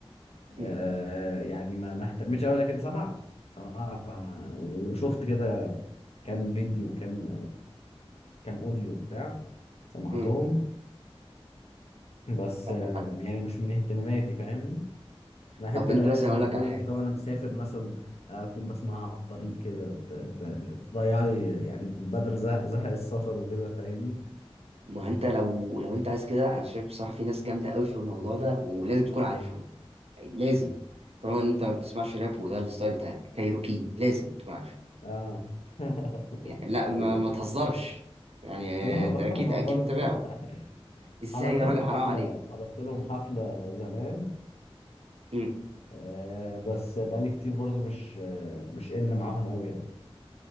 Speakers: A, on the right; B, on the left.
A: م-
B: آه يعني ما ما اهتمتش قوي لكن سمعت سمعت عن- وشفت كده كام فيديو كام كان اوديو بتاع سمعتهم
A: م.
B: بس
A: طب
B: آم، يعني مش من اهتماماتي فاهم انا احب
A: طب انت
B: الاغاني
A: مثلا
B: زي
A: اقول
B: ما
A: لك
B: بقول
A: على حاجه
B: لك كده وانا مسافر مثلا آه، اكون بسمعها على الطريق كده ت- ت- تضيع لي يعني بدل زهق, زهق السفر وكده فاهمني
A: ما هو انت لو لو انت عايز كده انا شايف بصراحه في ناس جامده قوي في الموضوع ده ولازم تكون عارفهم لازم طالما ان انت ما بتسمعش راب وده الستايل بتاعك كايروكي لازم تكون عارفه
B: اه <laughs>
A: يعني لا ما,
B: ايوه
A: ما
B: ايوه
A: تهزرش يعني آه،
B: لا <laughs>
A: ده
B: بقى
A: اكيد
B: ما
A: اكيد
B: برضه
A: متابعه
B: <laughs>
A: ازاي
B: حضرت
A: يا
B: لهم
A: راجل حرام
B: حفله
A: عليك
B: حضرت لهم حفله زمان
A: مم.
B: آه بس بقالي كتير برضو مش آه مش ان معاهم قوي يعني